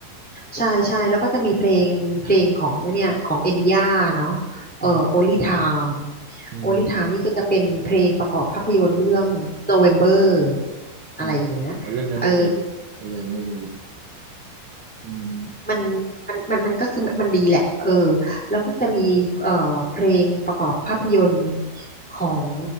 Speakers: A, in the centre; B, on the right (about 75°).
A: ใช่ใช่แล้วก็จะมีเพลงเพลงของไอ้เนี่ยของเอ็นย่าเนาะเอ่อ
B: อืม
A: Only Time
B: อืม
A: Only Time นี่ก็จะเป็นเพลงประกอบภาพยนตร์เรื่อง November อะไรอย่างเงี้ยเออ
B: อืมเอาเรื่องนั้นไม่เคยดูก็เลยไม่รู้อืม
A: มันมันมันมันก็คือมันดีแหละเออแล้วก็จะมีเอ่อเพลงประกอบภาพยนตร์ของ